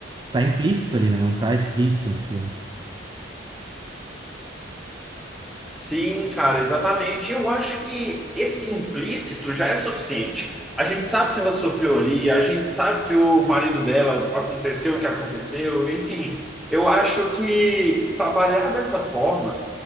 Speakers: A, on the right (about 25°); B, in the centre.
A: tá implícito ali, né? Não tá explícito no filme.
B: Sim, cara, exatamente. Eu acho que esse implícito já é suficiente. A gente sabe que ela sofreu ali, a gente sabe que o marido dela aconteceu o que aconteceu, enfim. Eu acho que trabalhar dessa forma